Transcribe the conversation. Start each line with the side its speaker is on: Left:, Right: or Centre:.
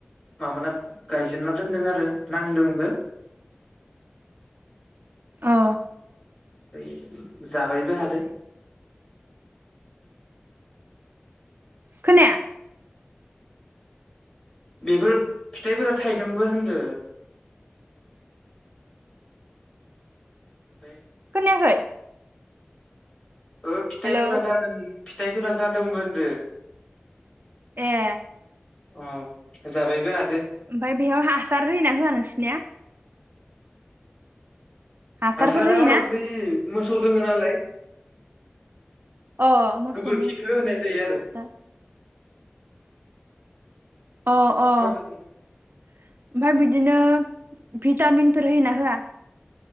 Left: माबाना गायजेनना दोनदों आरो नांदोंबो
Right: औ
Left: <unintelligible> जाबायबो हादो
Right: खोनाया
Left: बेफोर फिथाइफोरा थाइदोंबो होनदो ओमफ्राय
Right: खोनायाखै।
Left: ओ फिथाइफोरा
Right: हेलौ
Left: जादों। फिथाइफोरा जादोंबो होनदो।
Right: ए
Left: औ जाबायबो हा
Right: ओमफाय बेयाव हासार होयोना हो नोंसोरनिया? हासारफोर
Left: हासारा
Right: होयोना
Left: बै मोस सौ दोङो नालाय।
Right: अ मोसौनि
Left: गोबोरखिखौ होनाय
Right: उम
Left: जायो आरो
Right: हासार अ अ ओमफ्राय
Left: मोसौ
Right: बि दिनो भिटामिनफोर होयो ना होया?